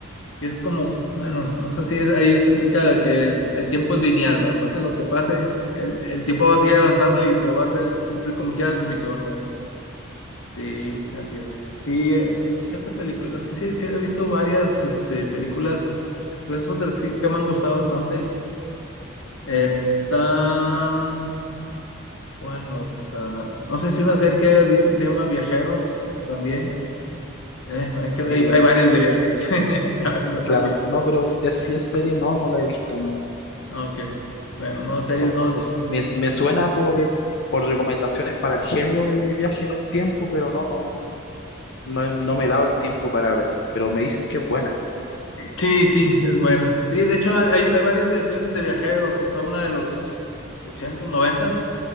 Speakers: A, on the left; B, on the left.
A: Y es como, bueno, no sé si es- ahí se aplica de que el, el tiempo es lineal, ¿verdad? Pase lo que pase, el, el tiempo va a seguir avanzando y pues va a hacer- cumplir como quiera su misión, ¿verdad? Sí, así es. Sí, este, ¿qué, qué otra película? Es que sí, sí he visto varias, este, películas, pues, esas de las que, que me han gustado bastante. Está, mm, ¿cuál otra? No sé si una serie que hayas visto que se llama Viajeros también. Eh, no, es que hay,
B: Eh,
A: hay varias de viajeros, <laughs> la verdad también.
B: claro, no, pero si así es serie, no, no la he visto, no,
A: Aunque, bueno, no, series
B: O,
A: no, entonces.
B: o sea, me, me suena por, el- por recomendaciones para el género de viaje en el tiempo, pero no, no, no, he- no me he dado el tiempo para verla. Pero me dicen que es buena.
A: Sí, sí, es buena. Sí, de hecho hay, hay varias de series de viajeros. Está una de los ochentas, noventas.